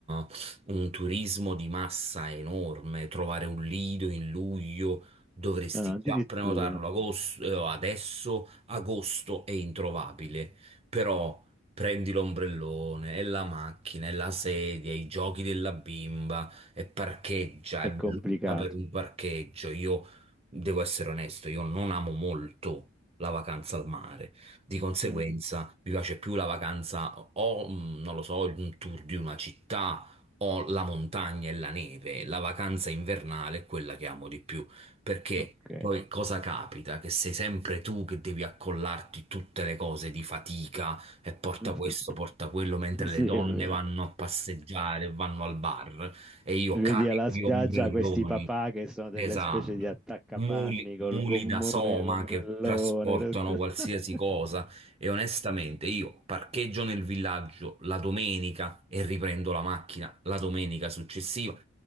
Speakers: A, on the right; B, in the centre.
A: eh, un turismo di massa enorme, trovare un lido in luglio dovresti
B: Ah, addirittura
A: già prenotarlo agos- eh, adesso, agosto è introvabile, però prendi l'ombrellone e la macchina e la sedia, i giochi della bimba e parcheggia,
B: è
A: e
B: complicato.
A: lotta per un parcheggio, io devo essere onesto, io non amo molto la vacanza al mare. Di conseguenza,
B: Mm,
A: mi piace più la vacanza o, mh, non lo so, un tour di una città o la montagna e la neve. La vacanza invernale è quella che amo di più, perché
B: ok.
A: poi cosa capita? Che sei sempre tu che devi accollarti tutte le cose di fatica e porta
B: Mm. <laughs>
A: questo, porta quello, mentre
B: Sì,
A: le donne
B: è vero.
A: vanno a passeggiare, vanno al bar e io
B: Vedi
A: carico
B: alla spiaggia
A: di ombrelloni.
B: questi papà che sono delle
A: Esatto,
B: specie di attaccapanni
A: muli,
B: col
A: muli
B: gommone
A: da soma
B: e l'ombrellone.
A: che trasportano
B: <laughs>
A: qualsiasi cosa e onestamente io parcheggio nel villaggio la domenica e riprendo la macchina la domenica successiva